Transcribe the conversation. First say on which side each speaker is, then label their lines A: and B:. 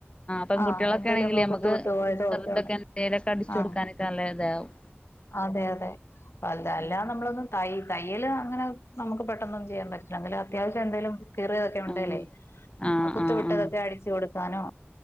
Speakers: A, on the left; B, on the left.
A: പെൺകുട്ടികളൊക്കെ
B: ആഹ് എന്തേലു
A: ആണെങ്കില്
B: ഒക്കെ
A: നമുക്ക്
B: കുത്ത് വിട്ട് പോയത്
A: ചെറുതൊക്കെ
B: ഒക്കെ
A: എന്തേലൊക്കെ അടിച്ചു
B: ആഹ്
A: കൊടുക്കാനൊക്കെ നല്ല ഇതാവും
B: അതെ അതെ <unintelligible> അല്ലാതെ
A: ഉം
B: നമ്മളൊന്നും തൈ തയ്യല് അങ്ങനെ നമുക്ക് പെട്ടന്നൊന്നും ചെയ്യാൻ പറ്റില്ല. എന്തെങ്കിലും അത്യാവശ്യം എന്തേലും കീറിയതൊക്കെ ഒണ്ടേലെ
A: ആഹ് ആഹ്
B: കുത്തു
A: ആഹ്
B: വിട്ടതൊക്കെ
A: ആഹ്
B: അടിച്ചു കൊടു താനോ.